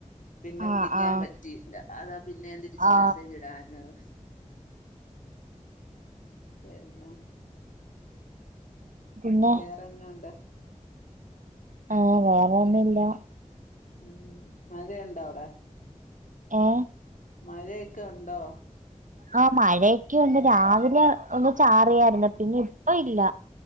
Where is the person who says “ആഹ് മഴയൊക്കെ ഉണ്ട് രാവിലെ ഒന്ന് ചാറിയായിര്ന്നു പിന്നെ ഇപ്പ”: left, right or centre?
Right